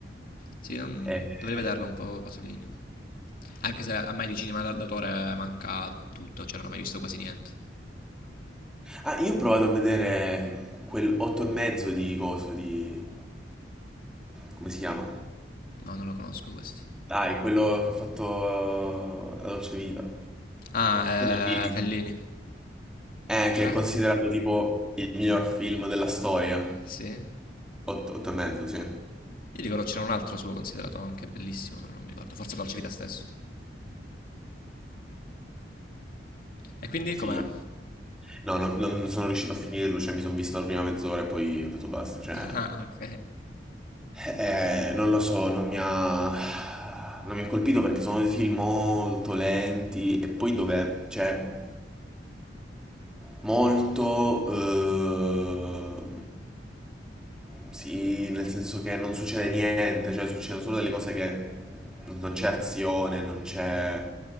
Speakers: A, on the left (about 50°); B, in the centre.
A: Sì, non-
B: Eh,
A: dovrebbe darlo un po' Pasolini. Anche se a me di cinema d'autore manca tutto, cioè non ho mai visto quasi niente.
B: Ah, io ho provato a vedere quel 8 e mezzo di coso di... come si chiama?
A: No, non lo conosco questo.
B: Dai, quello che ha fatto eh, La Dolce Vita.
A: Ah,
B: Bellini.
A: eh, Fellini.
B: Eh, che
A: Beh,
B: è considerato tipo il miglior film della storia.
A: sì. Io
B: Otto, otto e mezzo, sì.
A: ricordo c'era un altro suo considerato anche bellissimo, però non mi ricordo. Forse Dolce Vita stesso. E quindi
B: Sì.
A: com'è?
B: No, no, non sono riuscito a finirlo, cioè mi sono visto la prima mezz'ora e poi ho detto basta, cioè...
A: <laughs> Ah, ok.
B: Eh, non lo so, non mi ha... non mi ha colpito perché sono dei film molto lenti e poi dove... cioè... molto... ehm, sì, nel senso che non succede niente, cioè succedono solo delle cose che non non c'è azione, non c'è